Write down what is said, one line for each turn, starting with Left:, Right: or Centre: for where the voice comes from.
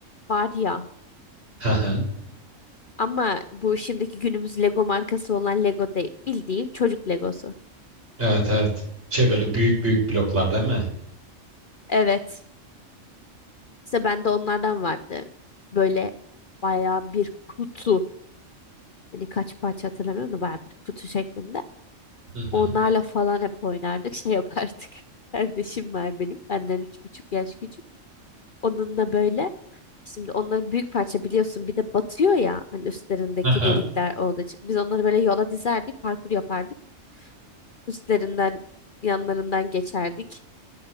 Left: var ya.
Right: <laughs>
Left: Ama bu şimdiki günümüz Lego markası olan Lego değil. Bildiğim çocuk Legosu.
Right: Evet evet. Şey böyle büyük büyük bloklar değil mi?
Left: Evet. İşte bende onlardan vardı. Böyle bayağı bir kutu. Hani kaç parça hatırlamıyorum da bayağı bir kutu şeklinde.
Right: Hı hı.
Left: Onlarla falan hep oynardık. Şey yapardık. <laughs> Kardeşim var benim. Benden üç buçuk yaş küçük. Onunla böyle şimdi onları büyük parça biliyorsun bir de batıyor ya hani üstlerindeki
Right: Aha.
Left: delikler olduğu için. Biz onları böyle yola dizerdik, parkur yapardık. Üstlerinden yanlarından geçerdik.